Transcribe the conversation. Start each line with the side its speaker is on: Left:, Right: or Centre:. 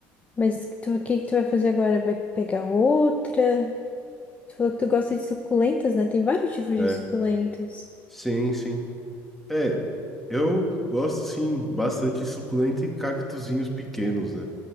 Left: mas tu, o que que tu vai fazer agora? Vai pegar outra? Tu falou que tu gosta de suculentas, né? Tem vários tipos
Centre: É,
Left: de suculentas.
Centre: sim, sim. É, eu gosto sim bastante de suculenta e cactuzinhos pequenos, né?